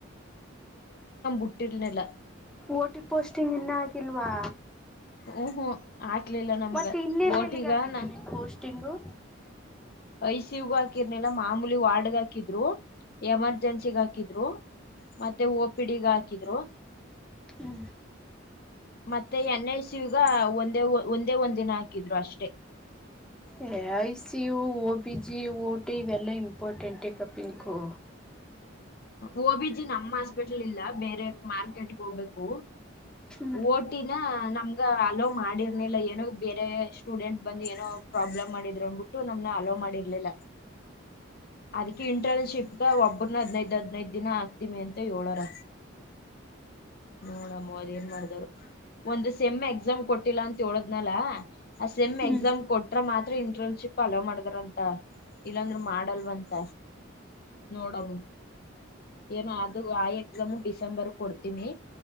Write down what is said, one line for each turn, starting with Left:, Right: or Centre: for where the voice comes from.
Left: ಬಿಟ್ಟಿರ್ಲಿಲ್ಲ
Centre: ಓಟಿ ಪೋಸ್ಟಿಂಗ್ ಇನ್ನ ಆಗಿಲ್ವಾ.
Left: ಹ್ಮ -ಹ್ಮ- ಆಕ್ಲಿಲ್ಲ ನಮ್ಗ
Centre: ಮತ್ತೆ ಇನ್ನೇನ್
Left: ಓಟಿಗಾನ.
Centre: ಎಲ್ಲಿಗೆ ಆಗಿದ್ದು ನಿನ್ ಪೋಸ್ಟಿಂಗು
Left: ಐಸ ಯುಗ್ ಹಾಕಿರ್ನಿಲ್ಲ ಮಾಮೂಲಿ ವಾರ್ಡ್ಗ್ ಹಾಕಿದ್ರು ಎಮರ್ಜೆನ್ಸಿಗ್ ಹಾಕಿದ್ರು. ಮತ್ತೆ ಓಪಿಡಿಗ ಹಾಕಿದ್ರು.
Centre: ಹ್ಮ
Left: ಮತ್ತೆ ಎನ್ ಐ ಸಿಗ ಒಂದೇ ಒಂದೇ ಒಂದ್ ದಿನ ಹಾಕಿದ್ರು ಅಷ್ಟೆ.
Centre: A- I- C- U- O- B -G- O -T -ಇವೆಲ್ಲ ಇಂಪಾರ್ಟೆಂಟ ಈ ಕಪಿಂಕು
Left: ಓ-ಬಿ- ಜಿ -ನಮ್ಮ ಹಸ್ಪಿಟ್ಲ್ ಇಲ್ಲ ಬೇರೆ ಮಾರ್ಕೆಟ್ಗೆ ಹೋಗ್ಬೇಕು
Centre: ಹ್ಮ
Left: ಓಟಿನ ನಮ್ಗ ಅಲೋ ಮಾಡಿರ್ನಿಲ್ಲ ಏನೋ ಬೇರೆ ಸ್ಟೂಡೆಂಟ್ ಬಂದು ಏನೋ ಪ್ರಾಬ್ಲಮ್ ಮಾಡ. ನಮ್ ಅಲೋ ಮಾಡಿರ್ಲಿಲ್ಲ ಅದಕ್ಕೆ ಇಂಟರ್ನ್ಶಿಪ್ಗ ಒಬ್ಬರ್ನ ಹದಿನೈದು. ಹದಿನೈದು ದಿನ ಆಗ್ತಿಮಿ ಅಂತ ಹೇಳಏಳರ ನೋಡಮ್ಮ ಅದೇನ್ ಮಾಡ್ದಾರ. ಒಂದು ಸೆಮ್ ಎಕ್ಸಾಮ್ ಕೊಟ್ಟಿಲ್ಲ ಅಂತ ಹೇಳದ್ನಲ ಆ ಸೆಮ್
Centre: ಹ್ಮ್
Left: ಎಕ್ಸಾಮ್ ಕೊಟ್ರ ಮಾತ್ರ ಇಂಟ್ರೆನ್ಸ್. ಶಿಪ್ಪ ಹಲೋ ಮಾಡಿದಾರಂತ ಇಲ್ಲಾಂದ್ರರು ಮಾಡಲ್ವಂತ ನೋಡಮ್ಮ. ಏನೋ ಅದು ಆ ಎಕ್ಸಾಮು ಡಿಸೆಂಬರ್ ಕೊಡ್ತೀಮಿ